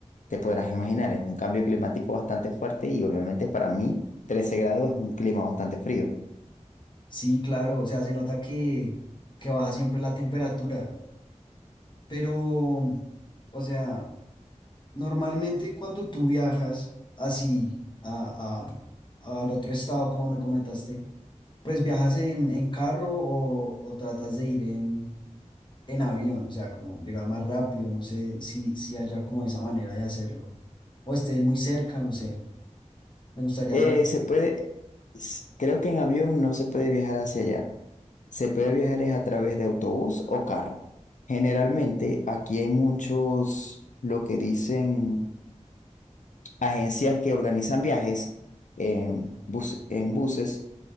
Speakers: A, on the left (about 80°); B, on the left (about 40°).
A: Te podrás imaginar, es un cambio climático bastante fuerte y obviamente para mí 13 grados es un clima bastante frío.
B: Sí, claro, o sea, se nota que, que baja siempre la temperatura, pero, o sea, normalmente cuando tú viajas así a, a- al otro estado, como me comentaste, pues viajas en, en carro o, o tratas de ir en, en avión, o sea, como llegar más rápido, no sé si, si haya como esa manera de hacerlo, o esté muy cerca, no sé, me gustaría
A: Eh,
B: saber.
A: se puede, s- creo que en avión no se puede viajar hacia allá. Se puede viajar es a través de autobús o carro. Generalmente aquí hay muchos, lo que dicen, agencias que organizan viajes en, bus- en buses